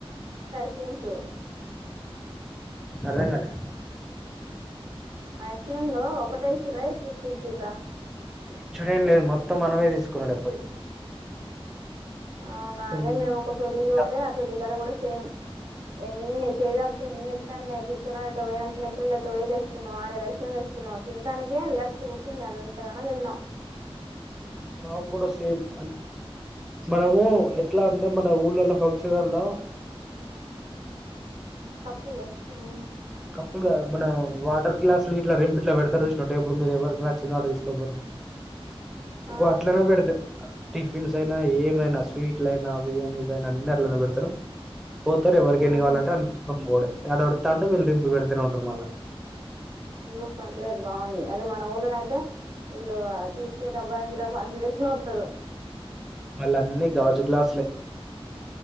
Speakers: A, on the right; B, in the centre.
A: క్క్రీమ్స్
B: అర్ధంగాలే
A: ఐస్ క్రీమ్సు ఒకటే ఇచ్చిర్ర ఎక్కువ ఎక్కువ ఇచ్చరా
B: ఇచ్చుడేం లేదు మొత్తం మనమే తీసుకున్నాడే పోయి
A: అవునా
B: కొన్ని
A: అదే మేము ఒక పెళ్ళకి పోతే
B: డబ్బు
A: ఆ పెళ్లి కాడా కూడా సేమ్ ఎన్ని చేద్ ఎన్ని ఇత్తాండే పిచ్చి దానిలెక్క పోయిన చిన్న పల్ల లేక పోయి తెచ్చుకున్నా ఆరేడు ఐస్ క్రీమ్ తెచ్చుకున్నా తినడానికే విరక్తి పుట్టింది అంతగానం తిన
B: మకుడా సేమ్ అంతే మనము ఎట్లా అంటే మన ఊళ్ళలో ఫంక్షన్అన్లా
A: కప్పులు ఉమ్
B: కప్పుల్ కాదు మన వాటర్ గ్లాసు గిట్ల రెంపు గిట్ల పెడతారు చూసినవా టేబుల్ మీద ఎవరికీ నచ్చింది వాడు తీసుకపోరాని
A: ఆ
B: గొట్లనే పెడతది టిఫిన్స్ ఐన ఏమైనా స్వీట్లైన బిర్యాని అయిన అని అందులోనే పెడతారు పోతారు ఎవరికి
A: ఆహా
B: ఎన్ని కావాలంటే తీసుకొని పోవుడే వాడు ఓరుతటే వీళ్ళు డిం వేటు జీరో అంటారు మల్ల
A: ఉమ్మ్ పర్దలేదు బాగుంది అదే మన ఊర్లో అయితే ఇళ్ళు తీసుకునే డబ్బా కాకా ఫాస్ట్ తీసుకొని వస్తారు
B: మళ్ళ అన్ని గాజు గ్లాసులే